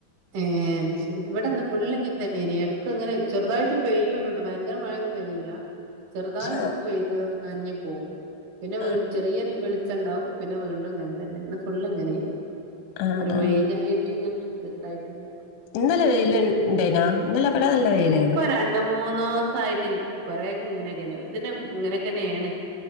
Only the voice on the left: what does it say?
ആഹ്
ആഹ്
ആഹ്
ആഹ്
ഇന്നലെ വെയ്ല് ഇണ്ടയ്നാ ഇന്നലെ ഇവിടെ നല്ല വെയിലേനു